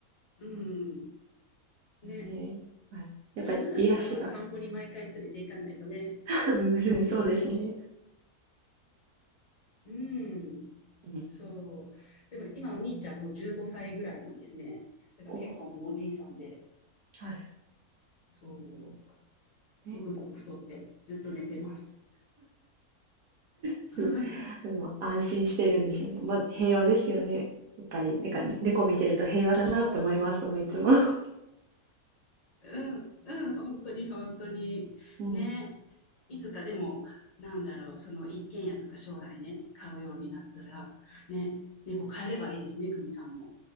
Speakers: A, on the left; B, on the right.
A: うん。ね。
B: ええはい。やっぱり癒しが、
A: 犬だったら散歩に毎回連れて行かないとね。
B: <laughs> うんそうですね。
A: そうそうそう。うん。
B: うん、
A: そう。でも今、みーちゃんも15歳ぐらいなんですね。だから結構もうおじいさんで。
B: おーは
A: そう。
B: い。ね、
A: ブクブク太ってずっと寝てます。
B: すごい。
A: <laughs>
B: でも安心してるんでしょうね。まあ、平和ですよね。やっぱり、なんか猫見てると平和だなって思いますもういつも。
A: そう、本当に。
B: <laughs>
A: うん、うん、本当に、本当に。
B: うん。
A: ね。いつかでも、なんだろう、その一軒家とか将来ね、買うようになったら、ね、猫買えればいいですね、久美さんも。